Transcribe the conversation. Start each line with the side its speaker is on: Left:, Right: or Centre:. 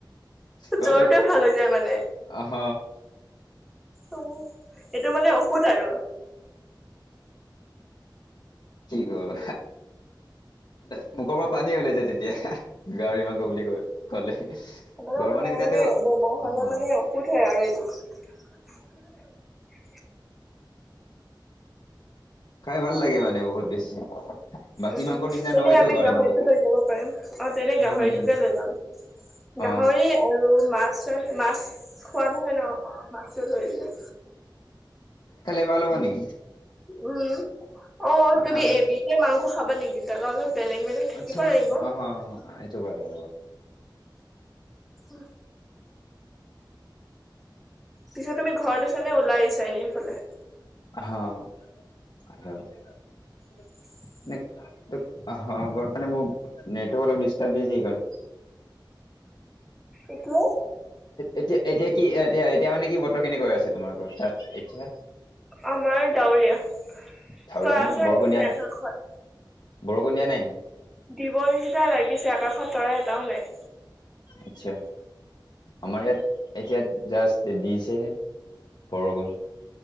Left: কতে,
Centre: জ্বৰটোৱে ভাল হৈ যায় মানে
Left: অ' হ।
Centre: অ' এটো মানে অসুদ আৰু।
Left: কি কৰ, মানে মুখৰ পৰা পানী ওলাই যায় তেতিয়া। গাহৰি মাংক বুলি কয় ক'লে,
Centre: মানে
Left: ঘৰ
Centre: তোমাৰ
Left: মানুৱে কেতিয়াতো
Centre: মানে বেমাৰ হ'লে
Left: অ' হ।
Centre: মানে ঔষধ হয় <unintelligible>
Left: খাই ভাল লাগে মানে বহুত বেছি বাকী
Centre: উম
Left: মাংসৰ নিচিনা
Centre: তেনে
Left: নহয়তো
Centre: আমি
Left: গাহৰি
Centre: গাহৰিটো
Left: মাংস
Centre: লৈ যাব পাৰিম অ তেনে গাহৰিটোকে
Left: উম
Centre: লৈ যাম। গাহৰি
Left: অ
Centre: আৰু মাছ, মাছ খোৱা নহয় ন অ মাছটো লৈ দিয়া
Left: কিবা ল'ব নকি
Centre: উম অ
Left: আহ
Centre: তুমি এবিষে <unintelligible> মাংস খাবা নেকি তাৰা অলপ বেলেগ বেলেগ থাকিব
Left: আচ্ছা
Centre: লাগিব।
Left: অ এইটো ব হব
Centre: উম পিছে তুমি ঘৰত আছ নে ওলাই আহিছা এনেই ইফালে
Left: অ
Centre: <unintelligible>
Left: ঘাৰত মানে মোৰ নেটৱৰ্ক অলপ দিষ্টৰব <unintelligible>
Centre: এইটো
Left: এতিয়া এতিয়া কি এতিয়া এতিয়া মানে কি বতৰ কেনেকৈ আছে তোমালোকৰ তাত এতিয়া
Centre: আমাৰ ডাৱৰীয়া।
Left: ডাউৰীয়া
Centre: তৰা
Left: ন
Centre: চৰা
Left: বৰষুণ
Centre: একো
Left: দিয়া নাই
Centre: আকাশত।
Left: ব গনিয়া <unintelligible> নাই নাই
Centre: দিব নিচিনা লাগিছে আকাশত তৰাই এটাও নাই
Left: আচ্ছা আমাৰ ইয়াত এতিয়া জাষ্ট দিছেহে বৰষুণ